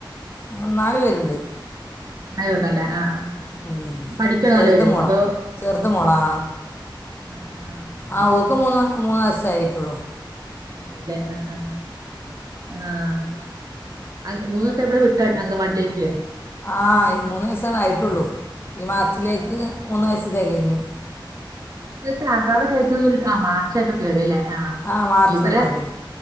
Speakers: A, on the left (about 25°); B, on the right (about 45°).
A: ആഹ് നാല് പേര്ണ്ട്
B: ആയോട്ടല്ലേ ആഹ് ആഹ്
A: ഉം
B: പഠിക്കോ
A: ചെറ്ത്
B: നാല് പേരും
A: മൊള
B: അതോ
A: ചെറ്ത് മൊളാ
B: ആഹ് ആഹ്
A: ആഹ് ഓക്ക് മൂന്ന് മൂന്ന് വയസ് ആയിട്ടുള്ളൂ
B: അതെല്ലെ അഹ് ആഹ് ആഹ് മൂന്ന് <unintelligible> വിട്ട അങ്കൻവാടിലേക്ക്
A: ആഹ് മൂന്ന് വയസ്സേ ആയിട്ടുള്ളൂ ഈ മാർച്ചിലേക്ക്
B: ആഹ്
A: മൂന്ന് വയസ് തെകയ്ഞ്ഞു
B: <unintelligible> ആഹ് മാർച്ച് ആയപ്പോ കേറിയല്ലേ ആഹ്
A: ആ മാർച്ചായി
B: ഇവടെ
A: പോരെ